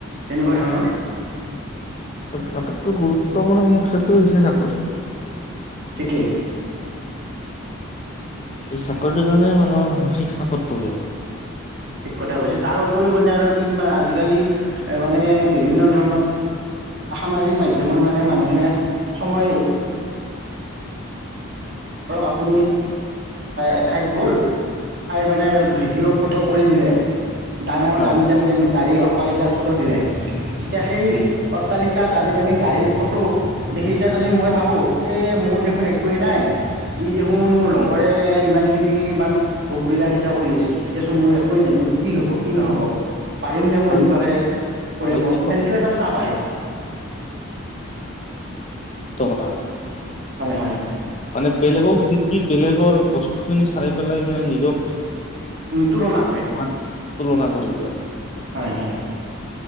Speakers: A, on the right (about 50°); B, on the left (about 30°).
A: তেনেকুৱা ধৰণৰ
B: এটাইতকৈ গুৰুত্বপূৰ্ণ সমস্যাটো ইচ ন কৰি
A: ঠিকেই
B: এই চাকৰিটোৰ কাৰণে মানুহৰ মানসিক চাপত পোগে
A: ঠিক কথা কৈছে তাৰ উপৰিও মানে আৰু কি আজিকালি এ মানে বিভিন্ন ধৰণৰ স মাধত মানে মানে অবাহ মান আপু এত গ ম ভি কৰি দিলে ডাঙৰ
B: হয়
A: দামী দামী দামী গাড়ীখ তালিকাৰ ফটো দিলে এতিয়া সেই
B: উম
A: অট্টালিকা দামী দামী গাড়ীৰ ফটো দেখি যাজনী মই ভাবোঁ এই মোৰ দেখোন একোৱেই নাই দে শুন মোৰ লগৰে
B: উম
A: ইমান ইখিনি ইমান ভোগ-বিলাসিতা এটা কৰি আছে৷ এতিয়াচোন মোৰ একোৱে নাই৷মোৰ- কি হব কি নহ'ব? পাৰিমনে মই
B: অ'-
A: এনেকুৱাকৈ কৰিব
B: অ' এইটো
A: সেইটো এটা চাপ আহে
B: <unintelligible> <unintelligible> অ'।
A: হয় হয়৷
B: মানে বেলেগক দেখি বেলেগৰ বস্তুখিনি চাই পেলাই মানে নিজক
A: তুলনা কৰে
B: মান তুলনা কৰে৷ <unintelligible> পেলাই৷
A: হয় হয়৷